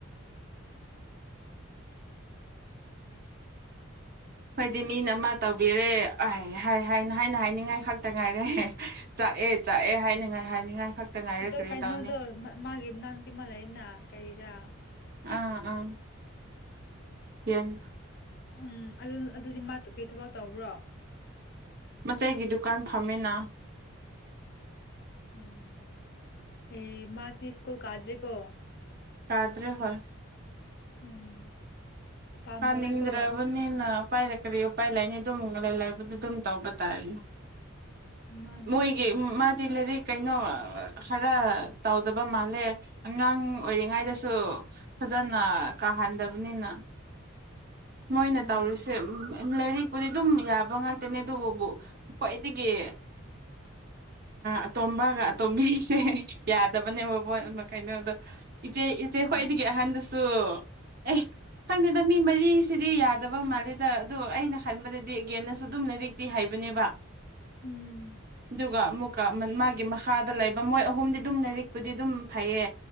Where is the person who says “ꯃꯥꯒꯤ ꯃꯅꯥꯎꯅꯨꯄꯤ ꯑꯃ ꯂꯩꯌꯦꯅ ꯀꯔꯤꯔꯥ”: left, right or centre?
Left